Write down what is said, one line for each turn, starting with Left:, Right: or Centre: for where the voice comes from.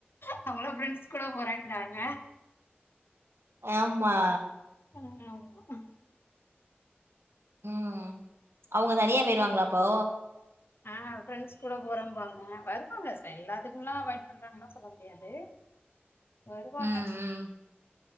Left: அவுங்களா ஃபிரெண்ட்ஸ் கூட போறேங்குறாங்க
Right: ஆமா
Left: அ ஆமா
Right: ம் அவுங்க தனியா பேயிருவாங்ளா அப்போ
Left: அ ஃப்ரெண்ட்ஸ் கூட போறோம்பாங்க வருவாங்க ச எல்லாத்துக்குலா அவாயிட் பண்றாங்கன்னா சொல்ல முடியாது வருவாங்க
Right: ம் ம்